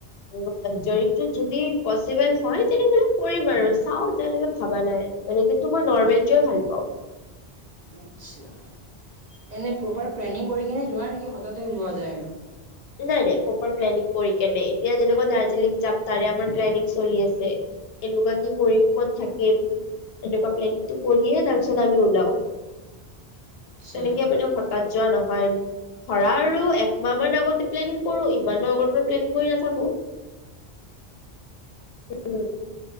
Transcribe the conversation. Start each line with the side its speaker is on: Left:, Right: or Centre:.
Left: আৰু ল যদি পচিবল হয় তেনেহ'লে কৰিম আৰু চাওঁ তেওঁলোকে ভবা নাই মানে কিন্তু মই নৰ্মেলিট ভাল পাওঁ।
Right: হয় <inaudible> আচ্ছা এনে প্ৰপাৰ প্লেনিং কৰি কিনে যোৱা নেকি হঠাতে যোৱা যায় আৰু?
Left: নাই নাই প্ৰপাৰ প্লেনিং কৰি কেনে। এতিয়া যেনেকুৱা দাৰ্জিলিং যাম তাৰে আমাৰ প্লেনিং চলি আছে। এনেকুৱা কি কৰিম, ক'ত থাকিম? এনেকুৱা প্লেনিটো কৰি তাৰপিছত আমি ওলাওঁ।
Right: আচ্ছা
Left: তেনেকে মানে হঠাৎ যোৱা নহয় ধৰা আৰু একমাহ মান আগত প্লেনিং কৰো ইমান আগৰ পৰা প্লেনিং কৰি নাথাকো। উম